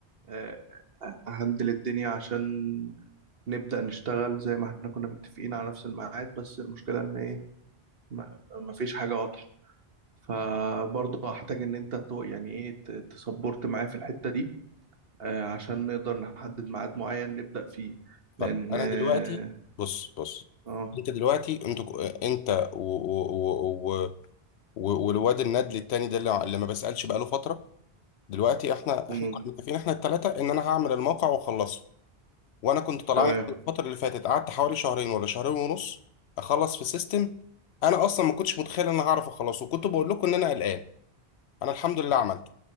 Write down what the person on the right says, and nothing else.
آه، اهندل الدنيا عشان نبدأ نشتغل زي ما احنا كنا متفقين على نفس الميعاد بس المشكلة ان ايه ما ما فيش حاجة واضحة فبرضه هحتاج ان انت تو- يعني ايه ت- تسبورت معايا في الحتة دي آه، عشان نقدر نحدد ميعاد معين نبدأ فيه
لان
اه
آه،
مم،
تمام